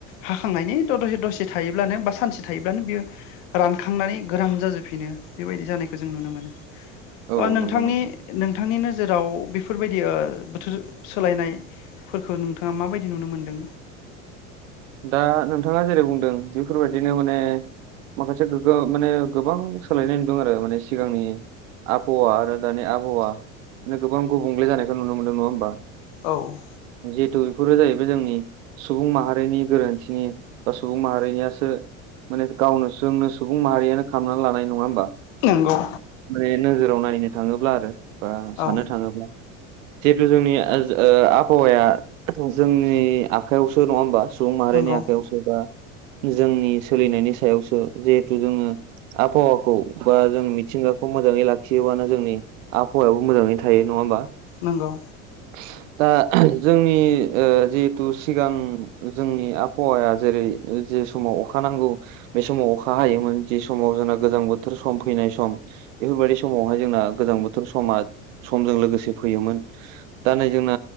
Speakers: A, on the left; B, on the right.
A: हाखांनायनि द दसे दसे थायोब्लानो बा सानसे थायोब्लानो बियो रानखांनानै गोराम जाजोबफिनो बेबायदि जानायखौ जों नुनो मोनो।
B: औ
A: नोंथांनि
B: नंगौ नंगौ
A: नोंथांनि नोजोराव बेफोरबायदियो बोथोर सोलायनायफोरखौ नोंथाङा माबायदि नुनो मोन्दों।
B: दा नोंथाङा जेरै बुंदों बेफोरबायदिनो माने माखासे गोग्गो माने गोबां सोलायनाय दं आरो माने सिगांनि आबहावा आरो दानि आबहावा गोबां गुबुंले जानायखौ नुनो मोनदों नङा होमबा?
A: औ
B: जिहेतु बेफोरो जाहैबाय जोंनि सुबुं माहारिनि गोरोन्थिनि बा सुबुं माहारिनियासो माने गावनो सोंनो सुबुं माहारियानो खालामनानै लानाय नङा होमबा?
A: नंगौ
B: माने नोजोराव नायनो थाङोब्ला आरो बा साननो
A: औ
B: थाङोब्ला जिहेथु जोंनि आबहावाया जोंनि आखायावसो नङा होमबा? सुबुं माहारिनि
A: नंगौ
B: आखायावसो बा जोंनि सोलिनायनि सायावसो जिहेथु जोङो आबहावाखौ बा जों मिथिंगाखौ मोजाङै लाखियोबानो जोंनि आबहावायाबो मोजाङैनो थायो नङा होमबा?
A: नंगौ
B: ओ दा जोंनि जिहेथु सिगां जोंनि आबहावाया जेरै जे समाव अखा नांगौ बे समाव अखा हायोमोन जि समाव जोंना गोजां बोथोर सम फैनाय सम बेफोरबायदि समावहाय जोंना गोजां बोथोर समा समजों लोगोसे फैयोमोन। दा नै जोंना